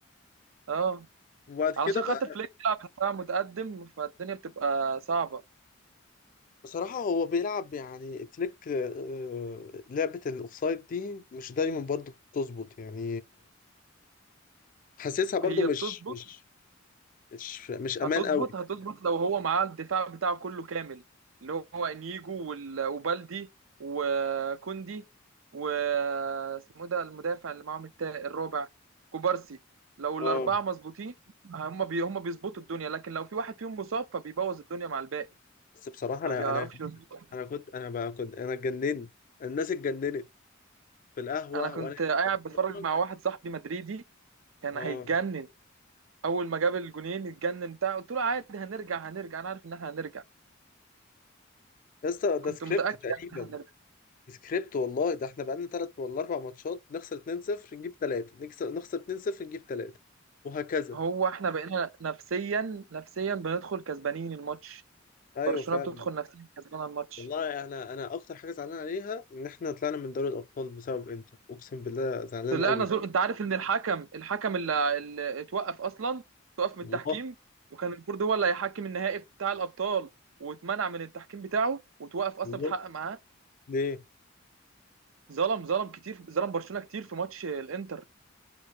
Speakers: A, on the right; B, on the left.
A: اه
B: وبعد
A: علشان
B: كده بقى
A: خاطر فليك بيلعب دفاع متقدم فالدنيا بتبقى صعبه
B: بصراحة هو بيلعب يعني فليك آه، لعبة الأوفسايد دي مش دايما برضو بتظبط يعني حاسسها برضو
A: هي
B: مش
A: بتظبط
B: مش مش مش أمان
A: هتظبط
B: قوي
A: هتظبط لو هو معاه الدفاع بتاعه كله كامل اللي هو انيجو وال- وبالدي وكوندي و اسمه ده المدافع اللي معاهم التا... الرابع كوبارسي لو الاربعه
B: اه
A: مظبوطين هم بي... هم بيظبطوا الدنيا لكن لو في واحد فيهم مصاب فبيبوظ الدنيا مع الباقي
B: بس بصراحة
A: ما
B: أنا
A: بيعرفش
B: أنا
A: يظبط
B: أنا كنت أنا بقى كنت أنا اتجننت الناس اتجننت في القهوة
A: انا كنت
B: وأنا
A: قاعد
B: قاعد
A: بتفرج
B: بتفرج
A: مع واحد صاحبي مدريدي كان
B: اه
A: هيتجنن اول ما جاب الجونين اتجنن بتاع قلت له عادي هنرجع هنرجع انا عارف ان احنا هنرجع
B: يا اسطى ده
A: كنت
B: سكريبت
A: متاكد
B: تقريبا
A: يعني ان احنا هنرجع.
B: سكريبت والله ده احنا بقالنا تلات ولا أربع ماتشات نخسر 2-0 نجيب تلاتة نكسب نخسر 2-0 نجيب تلاتة وهكذا
A: هو احنا بقينا نفسيا نفسيا بندخل كسبانين الماتش
B: أيوه
A: برشلونة
B: فعلا
A: بتدخل نفسيا كسبانة الماتش
B: والله انا انا اكتر حاجه زعلان عليها ان احنا طلعنا من دوري الابطال بسبب انتر اقسم بالله زعلان
A: طلعنا
B: قوي
A: زول انت عارف ان الحكم الحكم اللي, اللي اتوقف اصلا اتوقف من
B: الله
A: التحكيم وكان المفروض هو اللي هيحكم النهائي بتاع الابطال واتمنع من التحكيم بتاعه وتوقف اصلا
B: الله
A: بتحقق معاه
B: ليه
A: ظلم ظلم كتير ظلم برشلونة كتير في ماتش الانتر